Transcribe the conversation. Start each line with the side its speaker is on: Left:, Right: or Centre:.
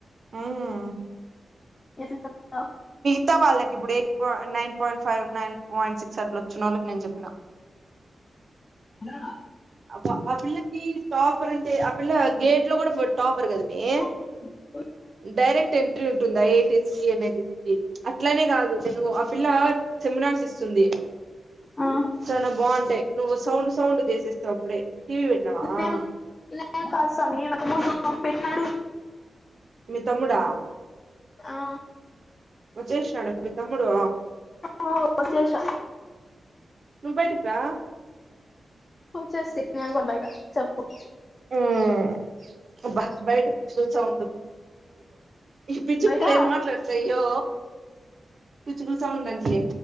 Right: ఆహ
Left: ఎటు నుంచి వస్ వస్తవ్
Right: అంత వాళ్ళకి ఇప్పుడు ఎయిట్ పా nine point five, nine point six అట్లా వచ్చిన వాళ్ళకి నేను చెప్పిన
Left: ఆ
Right: అపో ఆ పిల్లకి టాపర్ అంటే ఆ పిల్ల గేట్ లో కూడా టాపర్ కద మె
Left: ఓ
Right: డైరెక్ట్ ఎంట్రీ ఉంటుందా ఏటీస్ కి, నైన్టిస్ కి అట్లానే కాదు నేను అప్ పిల్ల సెమినార్స్ ఇస్తుంది
Left: ఆ
Right: చాలా బావుంటాయి. నువ్వు సౌండ్ సౌండ్ చేసేస్త అప్పుడే టీవీ పెట్టినావా
Left: నేను నేను కాస్ సామి నేను ఒక మం పెట్టినాడు
Right: మీ తమ్ముడా
Left: ఆ
Right: వచ్చేసినాడ మీ తమ్ముడు
Left: ఓ వచ్చేసా
Right: నువ్వు బయిటికిరా
Left: వచ్చేస్తా నేను కూడా బయట చెప్ప
Right: ఉమ్ అబ్బా బయట చూస ఉండ ఈ పిచ్చుకులు
Left: బయట ఆ
Right: ఏం మాట్లాడతాయ్యో పిచ్చుకు సౌండ్ ఉందండి.